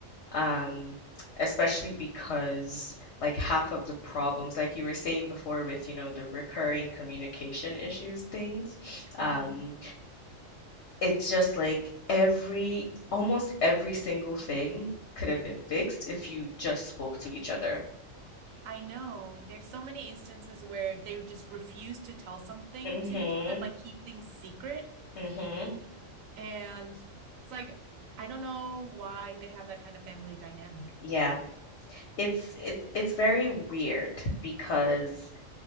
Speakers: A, on the left (about 60°); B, on the right (about 80°).
A: um, especially because like half of the problems, like you were saying before with, you know, the recurring communication issues things,
B: <laughs>
A: um,
B: hmm
A: it's just like every, almost every single thing could have been fixed if you just spoke to each other.
B: I know there's so many instances where they just refuse to tell something
A: Mm-hmm.
B: to each other, like keep things secret.
A: Mm-hmm.
B: And it's like I don't know why they have that kind of family dynamic.
A: Yeah. It's it's it's very weird because